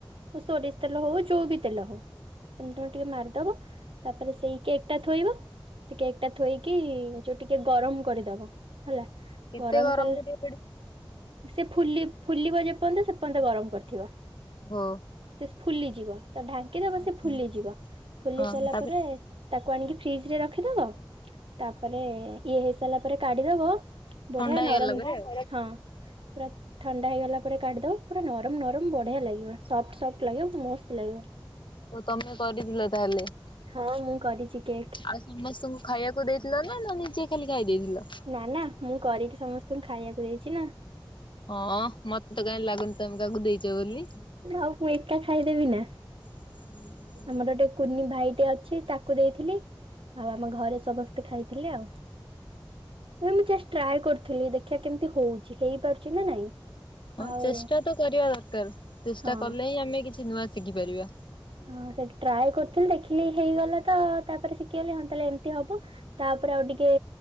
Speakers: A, on the right; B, on the left.
A: ସୋରିଷ ତେଲ ହଉ ଯୋଉ ବିି ତେଲ ହଉ ତମେ ତମର ଟିକେ ମାରିଦବ। ତାପରେ ସେଇ କେକ୍ ଟା ଥୋଇବ। ସେ କେକ୍ ଟା ଥୋଇକି ଯୋଉ ଟିକେ ଗରମ କରିଦବ ହେଲା।
B: କେତେ
A: ଗରମ କଲେ
B: କରିବାକୁ ପଡିବ
A: ସେ ଫୁଲି ଫୁଲିବ ଯେପର୍ଯ୍ୟନ୍ତ ସେ ପର୍ଯ୍ୟନ୍ତ ଗରମ କରିଥିବ।
B: ଓହୋ।
A: ସେ ଫୁଲିଯିବ ତାକୁ ଢାଙ୍କିଦବ
B: ଓହୋ
A: ସେ ଫୁଲିଯିବ ଫୁଲି
B: ହଁ
A: ସାଇଲା
B: ତାପରେ
A: ତାକୁ ଆଣିକି ଫ୍ରିଜ ରେ ରଖିଦବ। ତାପରେ ଇଏ ହେଇ ସାରିଲା ପରେ କାଢିଦବ। ବଢିଆ
B: ଥଣ୍ଡା ହେଇଗଲା
A: ନରମ
B: ପରେ ଆଉ।
A: ହଁ ପୁରା ଥଣ୍ଡା ହେଇଗଲା ପରେ କାଢିଦବ ପୁରା ନରମ ନରମ ବଢ଼ିଆ ଲାଗିବ। ସଫ୍ଟ ସଫ୍ଟ ଲାଗିବ ମସ୍ତ ଲାଗିବ।
B: ତ ତମେ କରିଥିଲ ତାହେଲେ
A: ହଁ ମୁଁ କରିଚି କେକ୍।
B: ଆଉ ସମସ୍ତଙ୍କୁ ଖାଇବାକୁ ଦେଇଥିଲ ନା ନା ନିଜେ ଖାଲି ଖାଇ ଦେଇଥିଲ?
A: ନା ନା ମୁଁ କରିକି ସମସ୍ତଙ୍କୁ ଖାଇବାକୁ ଦେଇଛି ନା।
B: ହଁ ମତେ ତ କାହିଁ ଲାଗୁନି ତମେ କାହାକୁ ଦେଇଛ ବୋଲି।
A: ଆଉ ମୁଁ ଏକା ଖାଇଦେବି ନା।
B: ହୁଁ
A: ଆମର ଗୋଟେ କୁନି ଭାଇଟେ ଅଛି ତାକୁ ଦେଇଥିଲି। ଆଉ ଆମ ଘରେ ସମସ୍ତେ ଖାଇଥିଲେ ଆଉ। ନ ମୁଁ ଜଷ୍ଟ ଟ୍ରାଏ କରିଥିଲି ଦେଖିବା କେମିତି ହଉଛି ହେଇପାରୁଛି ନା ନାଇଁ।
B: ହଁ
A: ଆଉ
B: ଚେଷ୍ଟା ତ କରିବା ଦରକାର ଚେଷ୍ଟା
A: ହଁ।
B: କଲେ ହିଁ ଆମେ କିଛି ନୂଆ ଶିଖିପାରିବା।
A: ହଁ ସେଠି ଟ୍ରାଏ କରୁଥିଲି ଦେଖିଲି ହେଇଗଲା ତ ତାପରେ ଶିଖିଗଲି ହଁ ତାହଲେ ଏମିତି ହବ। ତାପରେ ଆଉ ଟିକେ